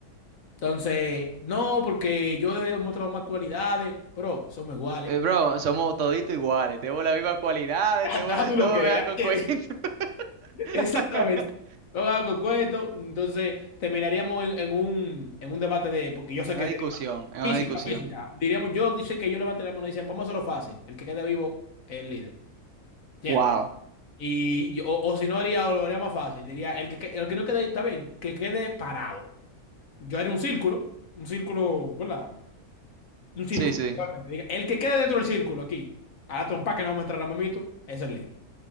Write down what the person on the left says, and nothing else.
Entonces, no, porque yo he demostrado más cualidades, pero somos iguales.
<laughs>
Da,
da tú
lo que
era.
<laughs>
Exactamente. No va con cuento. Entonces, terminaríamos en, en un, en un debate de. Porque yo sé
que
sería más
física,
física. Diríamos, yo dice que yo levanté la mano y dicen, vamos a hacerlo fácil. El que quede vivo es el líder. ¿Entiendes?
Y yo- o, o si no haría, o lo haría más fácil. Diría, el que, que- el que no quede, está bien, que quede parado. Yo haría un círculo. Un círculo, ¿verdad? Un círculo,
realmente. Diga, el que quede dentro del círculo aquí, a la trompa que no vamos a entrar a mamito, es el líder.